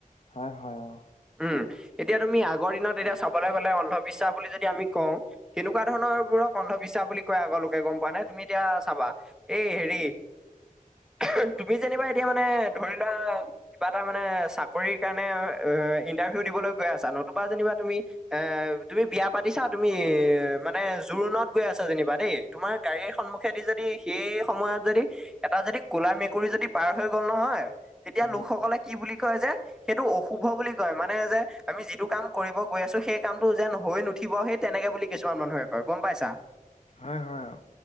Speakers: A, on the left; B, in the centre.
A: হয় হয়। অ
B: উম, এতিয়া তুমি আগৰ দিনত এতিয়া চাবলৈ গ'লে অন্ধবিশ্বাস বুলি যদি আমি কওঁ কেনেকুৱা ধৰণৰ বোৰক অন্ধবিশ্বাস বুলি কয় আগৰলোকে গম পোৱা নে? তুমি এতিয়া চাবা এই হেৰি এহে, তুমি যেনিবা এতিয়া মানে ধৰি লোৱা কিবা এটা মানে চাকৰিৰ কাৰণে এ ইণ্টাৰভিউ দিবলৈ গৈ আছা, নতুবা যেনিবা তুমি এ তুমি বিয়া পাতিছা, তুমি মানে যু জোৰোণত গৈ আছ যেনিবা দেই, তোমাৰ গাড়ীৰ সন্মুখেদি যদি সেই সময়ত যদি এটা যদি কলা মেকুৰী যদি পাৰ হৈ গল নহয়, তেতিয়া
A: উম
B: লোকসকলে কি বুলি কয় যে সেইটো অশুভ বুলি কয় মানে যে আমি যিটো কাম কৰিব গৈ আছো সেই কামটো যেন হৈ নুঠিব সেই তেনেকে বুলি কিছুমান মানুহে কয় গম পাইছা?
A: হয় হয় অ।